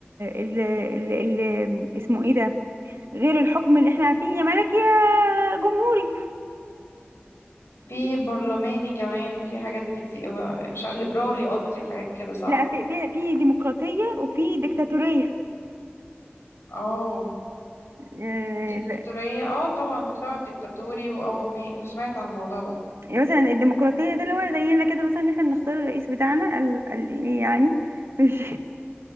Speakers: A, on the right (about 75°); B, on the left (about 90°).
A: ال ال ال اسمه ايه ده غير الحكم اللي احنا عارفين يا ملكي يا جمهوري
B: في برلماني كمان وفي حاجات كتير مش عارف- ليبرالي قصدي وحاجات كده صح
A: لا في في في ديمقراطية وفي ديكتاتورية
B: اه
A: آه،
B: ديكتاتورية اه طبعا مجتمع ديكتاتوري واه مي... سمعت عن الموضوع ده
A: يعني مثلا الديمقراطية ده اللي هو زينا كده مثلا إن احنا بنختار الرئيس بتاعنا ال ال يعني مش